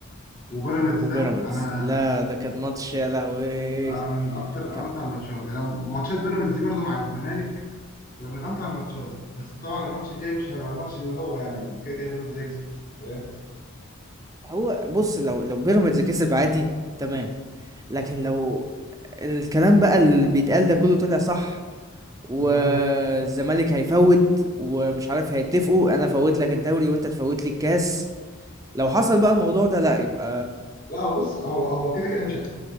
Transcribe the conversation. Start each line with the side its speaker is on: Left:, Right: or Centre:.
Left: وبيراميدز
Right: وبيراميدز
Left: ده انا
Right: لا ده كان ماتش يا لهوي
Left: انا من اكتر
Right: كان-
Left: امتع الماتشات يعني أنا ماتشات بيراميدز دي برضو مع الزمالك تبقى من امتع الماتشات بس طبعا الماتش الجاي مش هيبقى الماتش اللي هو يعني كده كده بيراميدز هيكسب فاهم
Right: هو بص لو لو بيراميدز كسب عادي تمام لكن لو الكلام بقى اللي بيتقال ده كله طلع صح والزمالك
Left: اللي هو
Right: هيفوت ومش عارف هيتفقوا انا فوت لك الدوري وانت تفوت لي الكاس لو حصل بقى الموضوع ده لا يبقى
Left: لا هو بص هو هو كده كده مش هي...